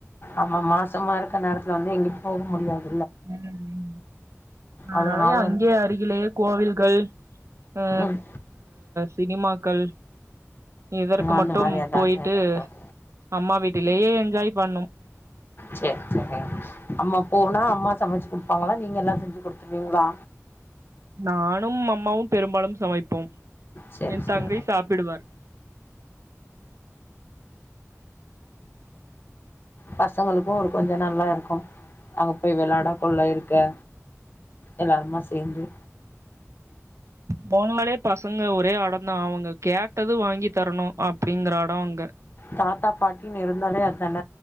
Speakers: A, on the left; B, on the right.
A: ஆமா மாசமா இருக்க நேரத்துல வந்து எங்க போக முடியாது
B: உம் அதனாலையா
A: அதனால
B: அங்கேயே அருகிலேயே கோவில்கள் அ
A: உம்
B: சினிமாக்கள் இதற்கு மட்டும்
A: அந்த மாரி ஏதாவது
B: போய்ட்டு அம்மா வீட்டிலேயே என்ஜாய் பண்ணும்
A: செர் செரி அம்மா போனா அம்மா சேர் சேரி நம்மோ போனா அம்மா சமச்சு குடுப்பாங்குளா நீங்கெல்லா செஞ்சு குடுத்துர்வீங்ளா
B: நானும் அம் மாவும் பெரும்பாலும் சமைப்போம்
A: சேரி
B: என்
A: சேரி
B: தங்கை சாப்பிடுவார்
A: பசங்களுக்கு ஒரு கொஞ்சோ நல்லா இருக்கும் அங்க போய் வெளாட போல இருக்கா எல்லாருமா சேந்து
B: போம்மலே பசங்க ஒரே அடந்தா அவுங்க கேட்டது வாங்கி தரணு அப்டிங்குற அடோம் அங்க
A: தாத்தா பாட்டின் இருந்தாலே அதான